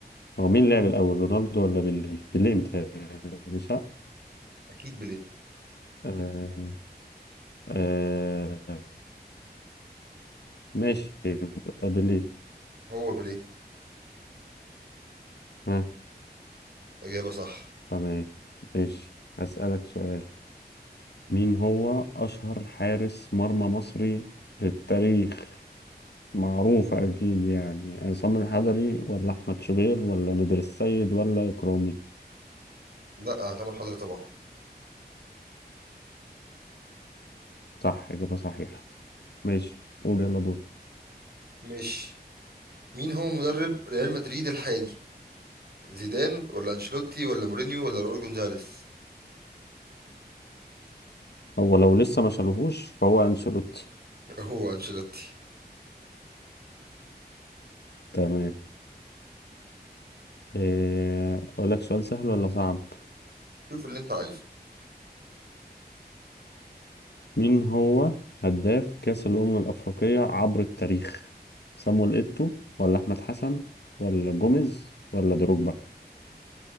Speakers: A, on the left (about 75°); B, on the right (about 65°).
A: هو مين لعب الاول رونالدو ولا بيليه بيليه متهيألي صح
B: أكيد بيليه
A: آه. آه. ماشي يبقى بيليه
B: هو بيليه
A: ها
B: إجابة صح
A: تمام ماشي اسألك سؤال مين هو اشهر حارس مرمى مصري في التاريخ معروف اكيد يعني عصام الحضري ولا احمد شوبير ولا نادر السيد ولا اكرامي
B: لا سامح حضرتك طبعا
A: صح اجابة صحيحة ماشي قول يلا دور
B: ماشي مين هو مدرب ريال مدريد الحالي زيدان ولا أنشيلوتي ولا مورينيو ولا راؤول جونزاليس
A: هو لو لسه ما شالوهوش فهو أنشيلوتي
B: هو أنشيلوتي
A: تمام إيه، أقول لك سؤال سهل ولا صعب
B: شوف اللي أنت عايزه
A: مين هو هداف كأس الأمم الأفريقية عبر التاريخ صامويل إيتو ولا أحمد حسن ولا جوميز ولا دروجبا